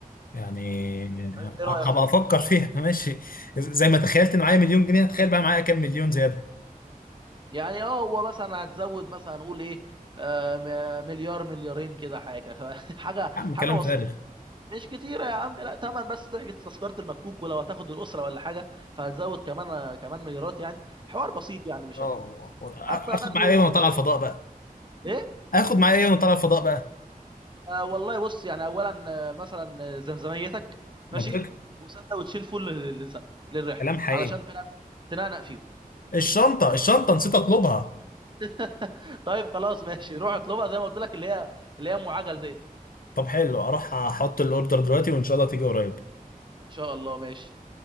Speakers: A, on the left; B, on the right.
A: يعني
B: فايه
A: هبقى
B: رايك في دي
A: افكر فيها <laughs> ماشي زي ما تخيلت ان معايا مليون جنيه هتخيل بقى معايا كام مليون زياده
B: يعني اه هو مثلا هتزود مثلا نقول ايه آه، م- مليار مليارين كده حاجه <laughs> حاجه
A: يا عم
B: حاجه
A: كلام
B: بسيطه
A: فارغ
B: مش كتيره يا عم لا تمن بس تحجز تذكره المكوك ولو هتاخد الاسره ولا حاجه فهتزود كمان آه، كمان مليارات يعني حوار بسيط يعني مش
A: اه
B: اكتر حتى هتاخده
A: هاخد معايا ايه وانا
B: هتاخده
A: طالع الفضاء بقى
B: ايه
A: هاخد معايا ايه وانا طالع الفضاء بقى
B: آه والله بص يعني اولا آه، مثلا آه، زمزميتك
A: منطق
B: ماشي وسندوتشين فول لل- للزمن للرحله
A: كلام حقيقي
B: علشان تنقنق تنقنق فيهم
A: الشنطه الشنطه نسيت اطلبها
B: <laughs> طيب خلاص ماشي روح اطلبها زي ما قلت لك اللي هي اللي هي ام عجل ديت
A: طب حلو اروح احط الاوردر دلوقتي وان شاء الله تيجي قريب
B: ان شاء الله ماشي